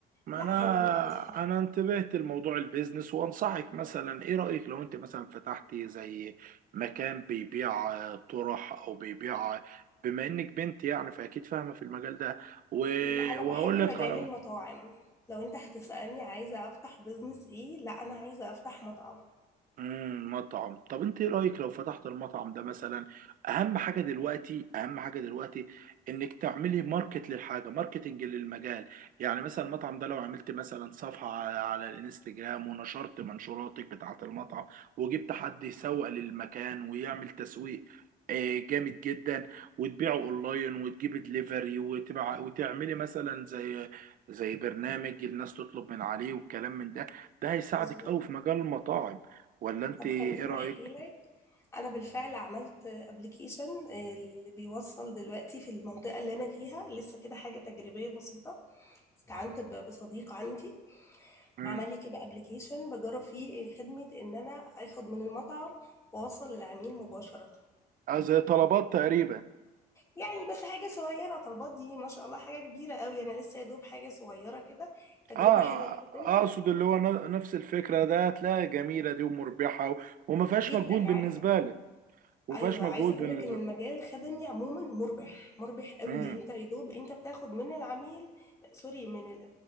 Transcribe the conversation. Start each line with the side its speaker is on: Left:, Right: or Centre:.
Right: ما
Left: لا
Right: انا
Left: هيبقى متأثر
Right: انا انتبهت لموضوع البيزنس وانصحك مثلا ايه رأيك لو انت مثلا فتحتي زي مكان بيبيع آه، طرح او بيبيع بما انك بنت يعني فاكيد فاهمة في المجال ده و-
Left: لا انا
Right: وهقول
Left: بحب
Right: لك
Left: مجال
Right: على
Left: المطاعم لو انت هتسألني عايزة افتح بزنس ايه لا انا عايزة افتح مطعم
Right: امم مطعم طب انت ايه رايك لو فتحت المطعم ده مثلا اهم حاجه دلوقتي اهم حاجه دلوقتي انك تعملي ماركت للحاجه ماركتنج للمجال يعني مثلا المطعم ده لو عملت مثلا صفحه على على الانستجرام ونشرت منشوراتك بتاعه المطعم وجبت حد يسوق للمكان ويعمل تسويق آه، جامد جدا وتبيعه اونلاين وتجيبي دليفري وتبع وتعملي مثلا زي زي برنامج الناس تطلب من عليه والكلام من ده ده هيساعدك
Left: مظبوط
Right: قوي في مجال المطاعم ولا انت
Left: طب
Right: ايه
Left: خليني
Right: رأيك
Left: احكي لك انا بالفعل عملت ابلكيشن اللي بيوصل دلوقتي في المنطقه اللي انا فيها لسه كده حاجه تجريبيه بسيطه استعنت ب- بصديق عندي
Right: امم
Left: عمل لي كده ابلكيشن بجرب فيه خدمه ان انا اخد من المطعم واوصل للعميل مباشره
Right: آه زي طلبات تقريبا
Left: يعني بس حاجه صغيره طلبات دي ما شاء الله حاجه كبيره قوي انا لسه يا دوب حاجه صغيره كده تجربه
Right: اه
Left: حلوه جدا
Right: اقصد اللي هو ن- نفس الفكرة ده هتلاقيها جميلة دي ومربحة و- وما فيهاش
Left: جدا
Right: مجهود بالنسبة
Left: عايزه
Right: لك وما
Left: ايوه
Right: فيهاش مجهود
Left: عايزه اقول
Right: بالنسبة
Left: لك ان المجال الخدمي عموما مربح مربح قوي
Right: امم
Left: انت يا دوب انت بتاخد من العميل سوري من ال...